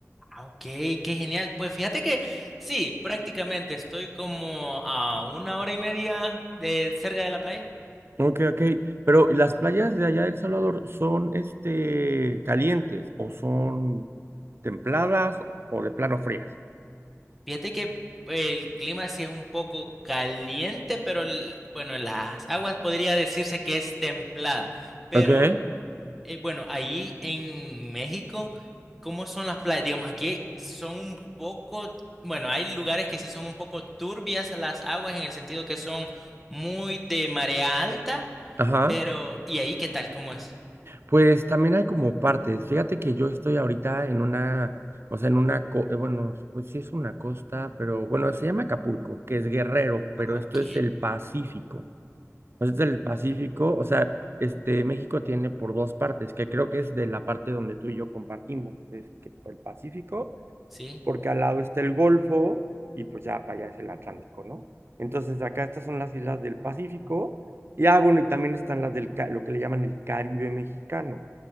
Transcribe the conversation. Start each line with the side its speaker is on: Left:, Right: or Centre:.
Centre: Ah, Ok, qué genial. Pues fíjate que sí, prácticamente estoy como a una hora y media de cerca de la playa.
Right: Ok, ok, pero ¿y ¿las playas de allá de El Salvador son, este, calientes o son templadas o de plano frías?
Centre: Fíjate que el clima sí es un poco caliente, pero el- bueno, las aguas podría decirse que es templada. Pero
Right: Ok,
Centre: Eh, bueno, ahí en México, ¿cómo son las playas? Digamos, aquí son un poco, bueno, hay lugares que sí son un poco turbias las aguas en el sentido que son muy de marea alta,
Right: ajá.
Centre: pero ¿y ahí qué tal? ¿Cómo es?
Right: Pues también hay como partes. Fíjate que yo estoy ahorita en una, o sea, en una, co- eh, bueno, pues sí es una costa, pero bueno, se llama Acapulco, que es Guerrero, pero
Centre: Ah,
Right: esto
Centre: ok.
Right: es el Pacífico. Pues es el Pacífico, o sea, este México tiene por dos partes, que creo que es de la parte donde tú y yo compartimos, es que el Pacífico,
Centre: ¿Sí?
Right: porque al lado está el Golfo y pues ya para allá es el Atlántico, ¿no? Entonces acá estas son las islas del Pacífico y ah, bueno, y también están las del, ca- lo que le llaman el Caribe mexicano